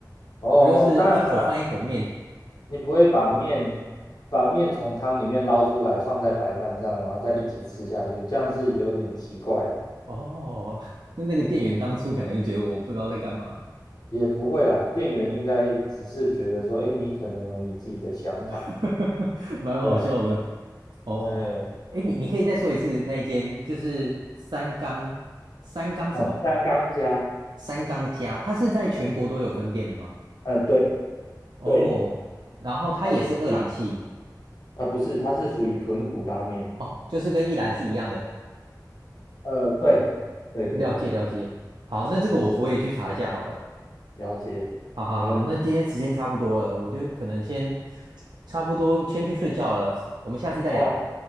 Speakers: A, on the left (about 65°); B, on the right (about 75°).
A: 哦，
B: 我就是一口饭一口面。
A: 当然啦，你不会把面把面从汤里面捞出来，放在白饭上，然后再一起吃下去，这样是有点奇怪。
B: 哦，那那个店员当初可能就觉得我不知道在干嘛。
A: 嗯，也不会啦，店员应该只是觉得说，哎，你可能有你自己的想法。
B: <laughs> 蛮好笑的
A: 对啊，
B: 哦。
A: 嗯，
B: 哎，你你可以再说一次那一间，就是三缸三缸什么
A: 好，三缸加，
B: 三缸家，它是在全国都有分店的吗？
A: 嗯，呃，对
B: 哦，
A: 对，
B: 然后它也是二郎系
A: 它是属于啊，不是，它是属于豚骨拉面。
B: 哦，就是跟一兰是一样的。
A: 呃，对，对对对，
B: 了解了解，好，那这个我我也去查一下好了。
A: 嗯，了解，
B: 好好好，
A: 没问题。
B: 那今天时间差不多了，我就可能先差不多先去睡觉了，我们下次再聊。
A: 哦，